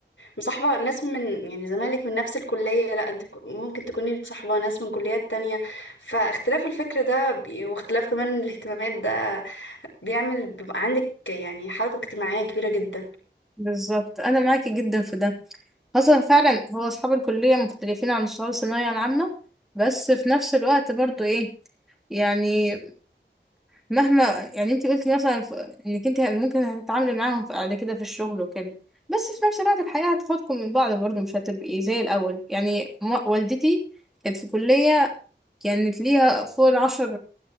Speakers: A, on the left; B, in the centre.
A: مصاحبة ناس من يعني زمالك من نفس الكلية لا انت بك- ممكن تكوني بتصاحبة ناس من كليات تانية فاختلاف الفكر ده بي- واختلاف كمان الاهتمامات ده بيعمل بيبقى عندك يعني حركة اجتماعية كبيرة جدا
B: بالظبط انا معاكي جدا في ده خاصة فعلا هو اصحاب الكلية مختلفين عن اصحاب الثانوية العامة بس في نفس الوقت برضو ايه يعني مهما يعني انت قلتي مثلا ف- انك انت ممكن هتتعاملي معاهم في- بعد كده في الشغل وكده بس في نفس الوقت الحياة هتاخدكم من بعض برضه مش هتبقي زي الأول يعني م- والدتي كانت في كلية كانت ليها فوق العشر